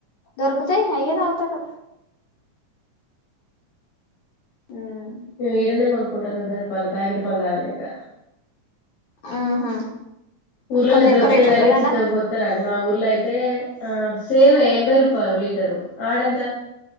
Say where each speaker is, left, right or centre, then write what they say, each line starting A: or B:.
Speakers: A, on the left; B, on the left.
A: దొరుకుతాయి అయ్యే తాగుతాడు ఉమ్
B: మేం ఈడనే కొను కుంటనం పదిరూపాలు ప్యాకెట్ పాలు తాగలేక
A: ఆహా
B: ఊర్లలో
A: కొంచెం
B: దొరికితే
A: ఎక్కువ రేట్
B: గాని
A: ఉంటదాడా
B: చిక్కగపోత్తారుని మా ఊర్లో అయితే తే ఆ సేమే ఎనభై రూపాయలు లీటరు ఆడెంత